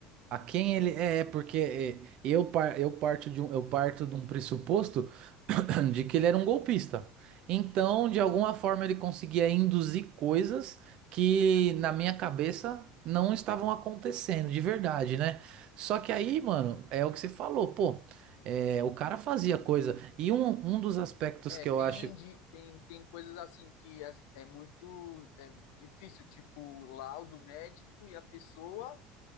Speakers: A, on the right; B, on the left.
A: A quem ele. É, é porque é, eu, par- eu, parto de um, eu parto de um pressuposto <clears throat> de que ele era um golpista. Então, de alguma forma, ele conseguia induzir coisas que, na minha cabeça, não estavam acontecendo, de verdade, né? Só que aí, mano, é o que você falou, pô. É, o cara fazia coisa. E um, um dos aspectos
B: É,
A: que
B: tem,
A: eu acho
B: de- tem, tem coisas assim que é, é muito é difícil, tipo laudo médico e a pessoa,